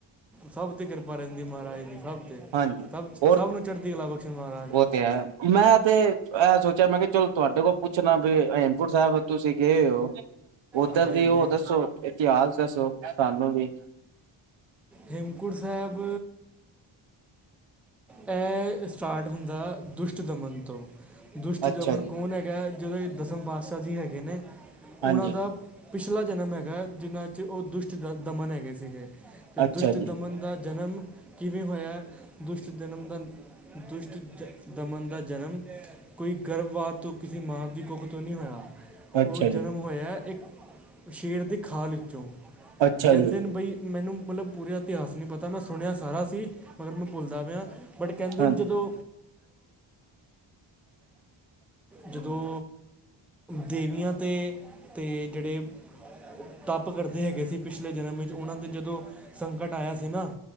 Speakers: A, in the centre; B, on the right (about 65°).
A: ਸਭ ਤੇ ਕਿਰਪਾ ਰਹਿੰਦੀ ਮਹਾਰਾਜ ਦੀ ਸਭ ਤੇ
B: ਹਾਂਜੀ
A: ਸਭ
B: ਹੋਰ
A: ਸਭ ਨੂੰ ਚੜ੍ਹਦੀ ਕਲਾ ਬਖਸ਼ਣ ਮਹਾਰਾਜ।
B: ਉਹ ਮੈਂ ਤੇ ਇਹ ਸੋਚਿਆ ਮੈਂ ਕਿਹਾ ਚਲੋ ਤੁਹਾਡੇ ਕੋਲ ਪੁੱਛਣਾ ਬੀ ਹੇਮਕੁੰਟ ਸਾਹਿਬ। ਤੁਸੀਂ ਗਏ ਹੋ ਉੱਧਰ
A: ਹਾਂਜੀ
B: ਵੀ
A: ਹਾਂਜੀ
B: ਉਹ ਦੱਸੋ ਇਤਿਹਾਸ ਦੱਸੋ ਸਾਨੂੰ ਵੀ।
A: ਹੇਮਕੁੰਟ ਸਾਹਿਬ। ਇਹ ਸਟਾਰਟ ਹੁੰਦਾ ਦੁਸ਼ਟਦਮਨ ਤੋਂ। ਦੁਸ਼ਟ
B: ਅੱਛਾ
A: ਜਮਨ
B: ਜੀ
A: ਕੌਣ ਹੈਗਾ ਜਿਹੜੇ ਦਸਮ ਪਾਤਸ਼ਾਹ ਜੀ ਹੈਗੇ ਨੇ
B: ਹਾਂਜੀ
A: ਉਨ੍ਹਾਂ ਦਾ। ਪਿਛਲਾ ਜਨਮ ਹੈਗਾ ਜਿਨ੍ਹਾਂ 'ਚ ਉਹ ਦੁਸ਼ਟ ਦ ਦਮਨ ਹੈਗੇ ਸੀਗੇ। ਅਤੇ
B: ਅੱਛਾ
A: ਦੁਸ਼ਟ ਦਮਨ
B: ਜੀ
A: ਦਾ ਜਨਮ। ਕਿਵੇਂ ਹੋਇਆ ਦੁਸ਼ਟ ਜਨਮ ਦਾ ਦੁਸ਼ਟ ਦਮਨ ਦਾ ਜਨਮ। ਕੋਈ ਗਰਭਵਾਤ ਤੋਂ ਕਿਸੇ ਮਾਂ ਦੀ ਕੁੱਖ ਤੋਂ ਨੀ ਹੋਇਆ
B: ਅੱਛਾ
A: ਉਹ
B: ਜੀ
A: ਜਨਮ। ਹੋਇਆ ਇੱਕ ਸ਼ੇਰ ਦੀ ਖਾਲ ਵਿੱਚੋਂ
B: ਅੱਛਾ
A: ਕਹਿੰਦੇ
B: ਜੀ
A: ਨੇ ਬਈ ਮੈਨੂੰ ਮਲਬ। ਪੂਰੇ ਇਤਿਹਾਸ ਨੀ। ਤਾਂ ਮੈਂ ਸੁਣਿਆ ਸਾਰਾ ਸੀ ਮਗਰ ਮੈਂ ਭੁੱਲਦਾ ਪਿਆ ਬਟ ਕਹਿੰਦੇ
B: ਹਾਂ
A: ਨੇ ਜਦੋਂ। ਜਦੋਂ ਦੇਵੀਆਂ ਤੇ। ਤੇ ਜਿਹੜੇ ਤੱਪ ਕਰਦੇ ਹੈਗੇ ਸੀ ਪਿਛਲੇ ਜਨਮ 'ਚ ਉਹਨਾਂ 'ਤੇ ਜਦੋਂ। ਸੰਕਟ ਆਇਆ ਸੀ ਨਾ